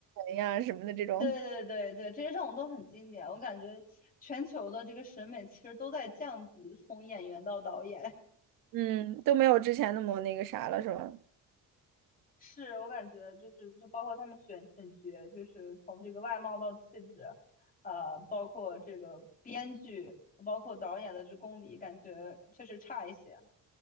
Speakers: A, on the right (about 70°); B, on the left (about 25°).
A: 人》呀什么的这种，
B: 对对对对，这些这种都很经典。我感觉全球的这个审美其实都在降级，从演员到导演，
A: 嗯，都没有之前那么那个啥了，是吧？
B: <laughs> 是我感觉就是就包括他们选选角，就是从这个外貌到气质，呃，包括这个编剧，包括导演的这功底，感觉确实差一些哈。